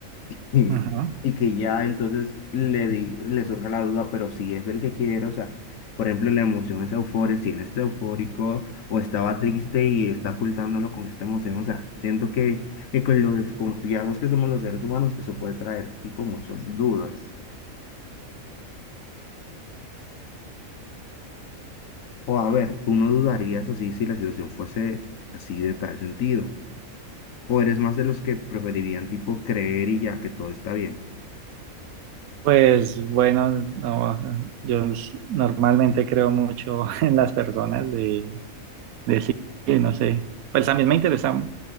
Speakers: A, on the left; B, on the right.
A: Y,
B: Ujú.
A: y que ya entonces le, di, le surge la duda, pero si es el que quiere, o sea, por ejemplo, la emoción es euforia, si él está eufórico o estaba triste y está ocultándolo con esta emoción, o sea, siento que, que con lo desconfiados que somos los seres humanos, eso puede traer tipo muchas dudas. O a ver, tú no dudarías así si la situación fuese así de tal sentido. ¿O eres más de los que preferirían tipo creer y ya que todo está bien?
B: Pues bueno, no, yo s- normalmente creo mucho <laughs> en las personas de decir, no sé, pues a mí me interesa